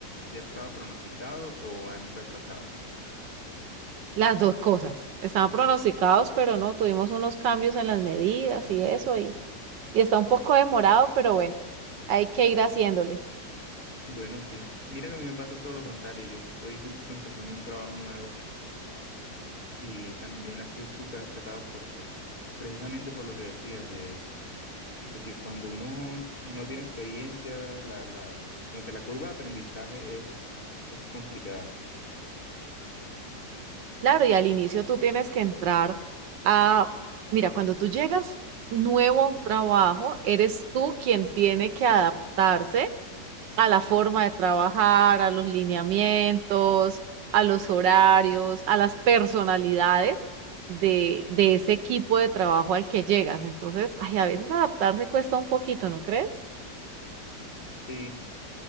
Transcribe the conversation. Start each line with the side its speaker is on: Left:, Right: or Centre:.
Left: ya estaba pronosticado o han retrasado?
Right: Las dos cosas. Estaban pronosticados, pero no, tuvimos unos cambios en las medidas y eso, y, y está un poco demorado, pero bueno, hay que ir haciéndole.
Left: Bueno, sí. Mira que a mí me pasa todo lo contrario. Yo estoy justo empezando un trabajo nuevo y también ha sido súper apretado por, por, precisamente por lo que decías, de, de que cuando uno no tiene experiencia, la, la, como que la curva de aprendizaje es, es complicada.
Right: Claro, y al inicio tú tienes que entrar a, mira, cuando tú llegas nuevo a un trabajo, eres tú quien tiene que adaptarse a la forma de trabajar, a los lineamientos, a los horarios, a las personalidades de, de ese equipo de trabajo al que llegas. Entonces, ay, a veces adaptarse cuesta un poquito, ¿no crees?
Left: Sí,